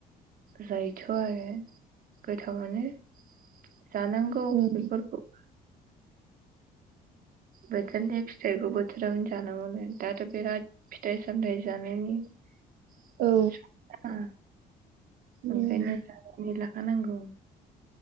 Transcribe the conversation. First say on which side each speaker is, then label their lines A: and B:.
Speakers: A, on the right; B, on the right.
A: जायोथ' आरो गोथाव माने जानांगौ
B: उम
A: बेफोरखौ <inaudible> बोथोरनि फिथाइखौ बोथोरावनो जानांगौनो दाथ' बिराद फिथाइ सामथायाइ जानायनि ओ
B: औ
A: ओंखायनो
B: उम
A: जानानै ला खानांगौ